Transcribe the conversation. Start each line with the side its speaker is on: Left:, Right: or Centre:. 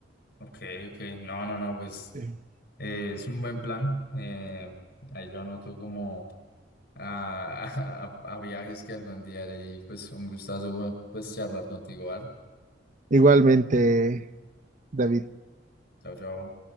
Left: Ok, ok. No, no, no, pues
Right: Sí.
Left: eh, es un buen plan. Eh, ahí lo anoto como a, <laughs> a, a viajes que algún día haré y pues un gustazo pues charlar contigo, ¿vale?
Right: Igualmente, David,
Left: Chao, chao.